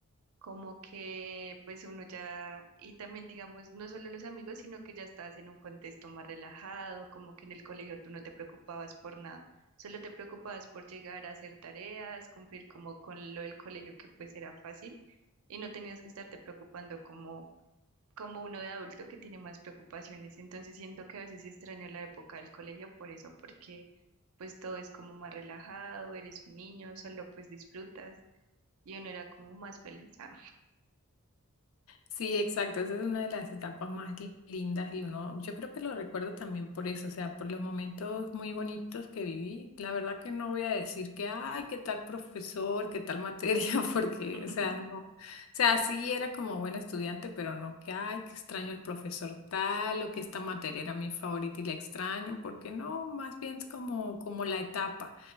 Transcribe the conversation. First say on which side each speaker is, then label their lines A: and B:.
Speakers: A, on the right; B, on the left.
A: como que pues uno ya, y también digamos, no solo los amigos, sino que ya estás en un contexto más relajado, como que en el colegio tú no te preocupabas por nada, solo te preocupabas por llegar a hacer tareas, cumplir como con lo del colegio que pues era fácil y no tenías que estarte preocupando como como uno de adulto que tiene más preocupaciones. Entonces siento que a veces extraño la época del colegio por eso, porque pues todo es como más relajado, eres un niño, solo pues disfrutas y uno era como más feliz. Ah,
B: Sí, exacto. Esa es una de las etapas más li- lindas y uno, yo creo que lo recuerdo también por eso, o sea, por los momentos muy bonitos que viví. La verdad que no voy a decir que, ay, qué tal profesor, qué tal materia, <laughs> porque,
A: <laughs>
B: o sea, no. O sea, sí era como buena estudiante, pero no que, ay, que extraño el profesor tal o que esta materia era mi favorita y la extraño, porque no, más bien es como, como la etapa,